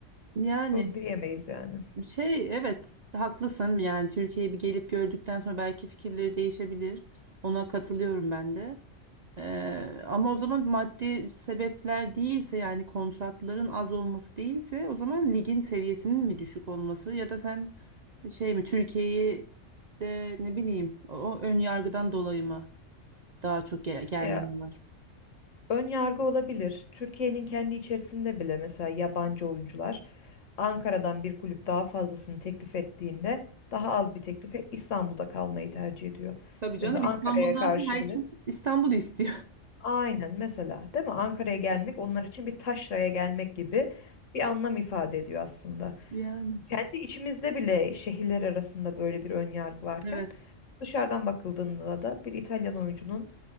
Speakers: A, on the right; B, on the left.
A: Yani
B: diyemeyiz yani.
A: şey evet haklısın. Yani Türkiye'yi bir gelip gördükten sonra belki fikirleri değişebilir. Ona katılıyorum ben de. Ee, ama o zaman maddi sebepler değilse yani kontratların az olması değilse o zaman ligin seviyesinin mi düşük olması ya da sen şey mi Türkiye'yi de ne bileyim o, o ön yargıdan dolayı mı daha çok gel gelmiyorlar?
B: Ya ön yargı olabilir. Türkiye'nin kendi içerisinde bile mesela yabancı oyuncular Ankara'dan bir kulüp daha fazlasını teklif ettiğinde daha az bir teklife İstanbul'da kalmayı tercih ediyor.
A: Tabii
B: Mesela
A: canım İstanbul
B: Ankara'ya
A: zaten
B: karşı
A: herkes
B: bile
A: İstanbul istiyor.
B: Aynen mesela değil mi? Ankara'ya gelmek
A: <laughs>
B: onlar için bir taşraya gelmek gibi bir anlam ifade ediyor aslında.
A: Yani.
B: Kendi içimizde bile şehirler arasında böyle bir ön yargı varken
A: Evet.
B: dışarıdan bakıldığında da bir İtalyan oyuncunun